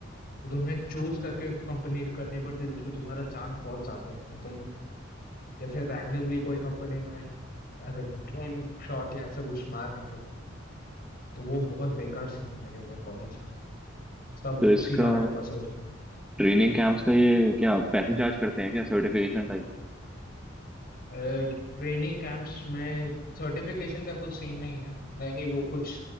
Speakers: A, on the left; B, in the centre.
A: तो तुम्हें चूज करके कंपनी करनी पड़ती है जिसमें तुम्हारा चांस बहुत ज्यादा हो और तुम जैसे रैंडमली कोई कंपनी में ऐसा ड्रीम शॉट या ऐसा कुछ मार नहीं सकते तो वो बहुत बेकार सीन है मेरे इधर कॉलेज का सब
B: तो
A: उसी
B: इसका
A: कारण फंसे हुए
B: ट्रेनिंग कैंप्स का ये क्या पैसे चार्ज करते हैं क्या सर्टिफिकेशन टाइप
A: हैं ट्रेनिंग कैंप्स में सर्टिफिकेशन का कुछ सीन नहीं है वही वो कुछ